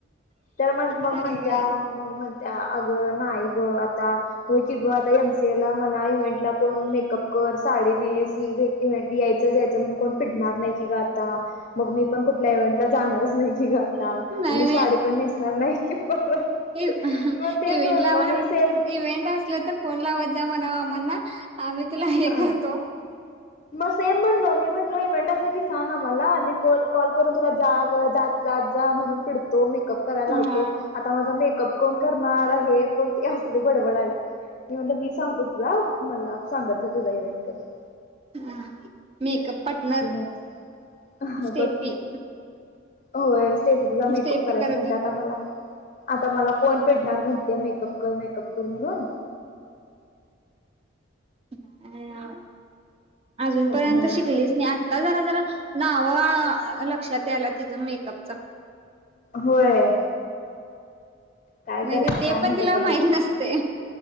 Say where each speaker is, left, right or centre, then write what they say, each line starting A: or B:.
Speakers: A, on the left; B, on the right.
A: त्या म्हण मग
B: काय
A: म्हणत्या
B: ग
A: मग म्हण त्या अग नाही ग, आता होय की ग, आता एमसी ए ला मला इव्हेंटला कोण मेकअप करु वर साडी नेस ईवी ईव्हेंट यायच, जायच म्हणून कोन पिडणार नाय की ग आता, मग मी पण कुठल्या म्हंटलं जाणारच नाही कि ग आता,
B: नाही
A: मी साडी पण नेसणार नाही की परत
B: इव
A: मग तेच
B: इवेंटला
A: म्हणलं
B: ला म्हणाव
A: मी सेम
B: इवहेंट असला तर फोन लावत जा म्हणाव आम्हाला. आम्ही तुला हे
A: हा
B: करतो.
A: मग सेम म्हणलो मी म्हणलो इव्हेंट असला की सांग आम्हाला. आणि कॉल कॉल करून तुला जा ग जाच जा म्हणून पिडतो, मेकअप करायला
B: हा
A: लावतो, आता माझा मेक कप कोण करणार, हे कोण ते असले बडबडायले मी म्हणलं मी सांगतो तुला मला सांगत जा तुझा इव्हेंट कधीए?
B: हां. मेकअप पाटनर,
A: मज्जा
B: स्टेफी
A: बघकी होय स्टेफ्रीचा मेकअप
B: स्टेफी
A: करायचा
B: करत
A: म्हणते, आता मला आता मला कोण पिडणार म्हणत्या मेकअप कर, मेकअप कर म्हणून
B: काय अ अ अजून
A: काय
B: पर्यंत
A: नव्हच
B: शिकलीच नाही. आता जरा, जरा नाव हो लक्षात याल्यात तिच मेकअपच
A: होय. काय
B: नाही
A: करत्या
B: तर ते
A: काय माहित
B: पण तिला
A: आता पुढं
B: नसते